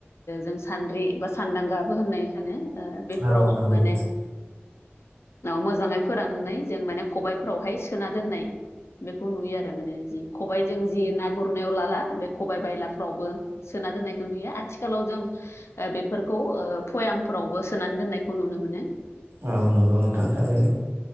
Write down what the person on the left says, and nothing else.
जों सान्द्रि एबा सानदांगाबो होननाय सानो बेफोराव
माने मोजाङै फोराननानै जों माने खबाइफ्रावहाय सोना दोननाय बेखौ नुयो आरो आरोमाने जि खबाइजों जि ना गुरनायाव लाला बे खबायाइ बायलाफ्रावबो सोना दोननायखौ नुयो आथिखालाव जों बेफोरखौ पयामफ्रावबो सोनानै दोननायखौ नुनो मोनो